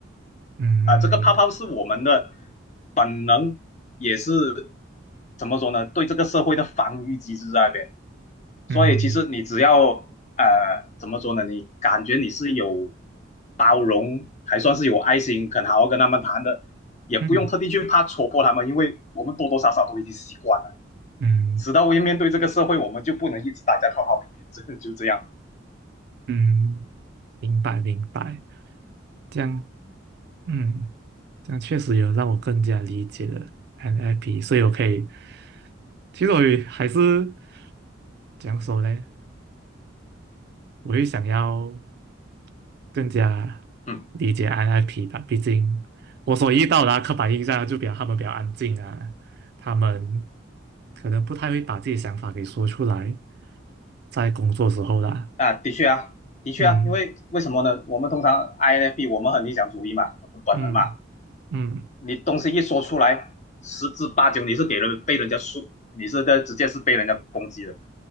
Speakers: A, on the right (about 55°); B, on the left (about 35°).
A: 嗯。
B: 啊、呃这个泡泡是我们的本能，也是怎么说呢？对这个社会的防御机制在那边。所以其实你只要
A: 嗯
B: 呃怎么说呢？你感觉你是有包容，还算是有爱心，肯好好跟他们谈的，也不用特地去怕戳破他们，
A: 嗯
B: 因为我们多多少少都已经习惯了。
A: 嗯
B: 直到我面对这个社会，我们就不能一直待在泡泡里面，<laughs> 这就这样。
A: 嗯，明白明白，这样嗯，这样确实有让我更加理解了 NLP，所以我可以，其实我也还是怎样说呢？我也想要更加
B: 嗯
A: 理解 NLP 吧，毕竟我所遇到的啊刻板印象就比较他们比较安静啊，他们可能不太会把自己的想法给说出来，在工作时候啦，
B: 啊，的确啊，的确啊，
A: 嗯
B: 因为为什么呢？我们通常 INFP 我们很理想主义嘛，本能嘛，
A: 嗯。嗯
B: 你东西一说出来，十之八九你是给人被人家说，你是在直接是被人家攻击的。